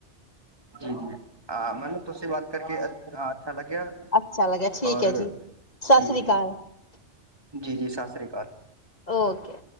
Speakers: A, on the right; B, on the left.
A: ਜੀ-ਜੀ ਆ ਮੈਨੂੰ ਤੁਸੀ ਬਾਤ ਕਰਕੇ ਹ ਅੱ ਲੱਗਿਆ
B: ਅੱਛਾ ਲੱਗਿਆ ਠੀਕ
A: ਔਰ
B: ਹੈ ਜੀ ਸਤਿ
A: ਜੀ
B: ਸ੍ਰੀ
A: ਜੀ
B: ਅਕਾਲ
A: ਜੀ ਜੀ ਸ ਸ਼੍ਰੀ ਘ
B: ਓਕੇ